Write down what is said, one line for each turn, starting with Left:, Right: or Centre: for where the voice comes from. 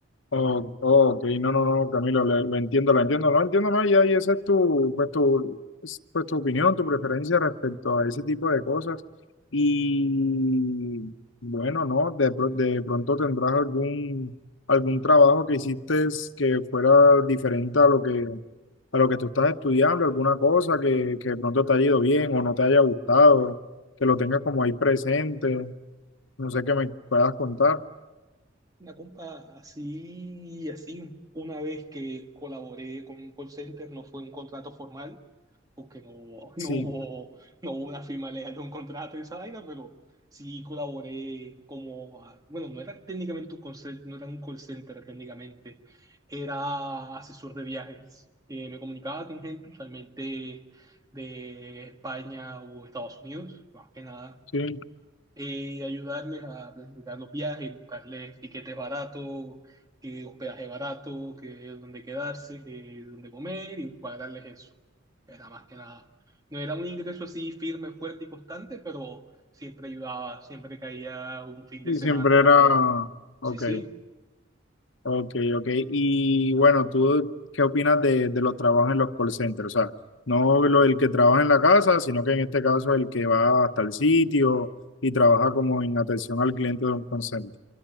Left: Oh, oh, ok, no, no, no, Camilo, lo, lo entiendo, lo entiendo, lo entiendo más y ahí esa es tu, pues tu, es, pues tu opinión, tu preferencia respecto a ese tipo de cosas. Y bueno, no, de, pro- de pronto tendrás algún, algún trabajo que hiciste que fuera diferente a lo que, a lo que tú estás estudiando, alguna cosa que, que de pronto te haya ido bien o no te haya gustado, que lo tengas como ahí presente, no sé qué me puedas contar.
Right: Una compa así, así, una vez que colaboré con un call center, no fue un contrato formal, porque no, <laughs> no
Left: Sí,
Right: hubo, no hubo una firma legal de un contrato y esa vaina, pero sí colaboré como, a- bueno, no era técnicamente un call, cen- no era un call center técnicamente, era asesor de viajes, que me comunicaba con gente usualmente de España o Estados Unidos, más que nada
Left: sí.
Right: eh, ayudarles a planificar los viajes, buscarles tiquetes baratos, que hospedaje barato, que donde quedarse, que donde comer y cuadrarles eso. Era más que nada. No era un ingreso así firme, fuerte y constante, pero siempre ayudaba, siempre caía un fin de
Left: Sí,
Right: semana,
Left: siempre
Right: caía.
Left: era, ok,
Right: Sí, sí.
Left: ok, ok. Y bueno, ¿tú qué opinas de, de los trabajos en los call centers? O sea, no lo, el que trabaja en la casa, sino que en este caso el que va hasta el sitio y trabaja como en atención al cliente de un call center.